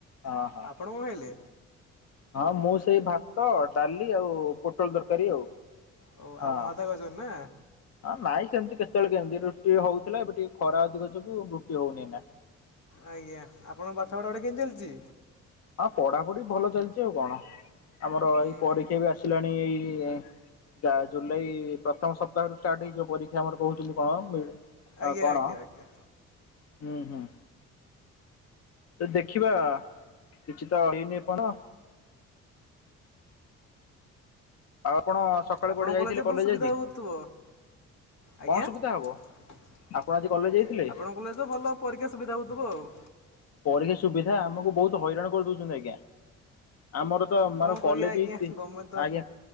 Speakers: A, on the left (about 55°); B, on the left (about 80°).
A: ହଁ ହଁ।
B: ଆପଣ କଣ ଖାଇଲେ?
A: ହଁ ମୁଁ ସେଇ ଭାତ ଡାଲି ଆଉ ପୋଟଳ ଦରକାରୀ ଆଉ।
B: ଓ
A: ହଁ,
B: ଆପଣ ଭାତ ଖାଉଛନ୍ତି ନା
A: ଆ ନାଇଁ। ସେମିତି କେତେବେଳେ କେମିତି ରୁଟି ହଉଥିଲା। ଏବେ ଟିକେ ଖରା ଅଧିକ ଯୋଗୁ ରୁଟି ହଉନି ଏନା।
B: ଆଜ୍ଞା। ଆପଣଙ୍କ ପାଠ ପଢା ଗୁଡାକ କେମିତି ଚାଲିଛି?
A: ହଁ ପଢାପଢି ଭଲ ଚାଲିଛି ଆଉ କଣ। ଆମର
B: ଉଁ
A: ଏଇ ପରୀକ୍ଷା
B: ହୁଁ
A: ବି ଆସିଲାଣି ଏଇ। କି ଏ ଯା-ଜୁଲାଇ ପ୍ରଥମ ସପ୍ତାହରୁ ଷ୍ଟାର୍ଟ ହେଇଯ ପରୀକ୍ଷା ଆମର କହୁଛନ୍ତି କଣ? ଆ
B: ଆଜ୍ଞା,
A: କଣ
B: ଆଜ୍ଞା, ଆଜ୍ଞା।
A: ହୁଁ ହୁଁ। ସେ ଦେଖିବା କିଛି ତ ହେଇନି ଏ ପର୍ଯ୍ୟନ୍ତ। ଆଉ ଆପଣ ସକାଳୁ
B: ଆପଣଙ୍କ
A: କୁଆଡେ ଯାଇଥିଲେ?
B: କଲେଜରେ
A: କଲେଜ
B: ଭଲ ସୁବିଧା
A: ଆଜି?
B: ହେଉଥିବ ଆଜ୍ଞା
A: କଣ ସୁବିଧା ହବ?
B: ଆପଣଙ୍କ
A: ଆପଣ ଆଜି କଲେଜ ଯାଇଥିଲେ?
B: କଲେଜ ରେ ତ ଭଲ ପରୀକ୍ଷା ସୁବିଧା ହଉଥିବ ଆଉ।
A: ପରୀକ୍ଷା ସୁବିଧା, ଆମକୁ ବହୁତ ହଇରାଣ କରିଦଉଛନ୍ତି ଆଜ୍ଞା। ଆମର ତ ମୋର,
B: କ'ଣ କରିବା
A: କଲେଜ
B: ଆଜ୍ଞା
A: ହେଇଛି।
B: ଗଭର୍ଣ୍ଣମେଣ୍ଟ ତ
A: ଆଜ୍ଞା।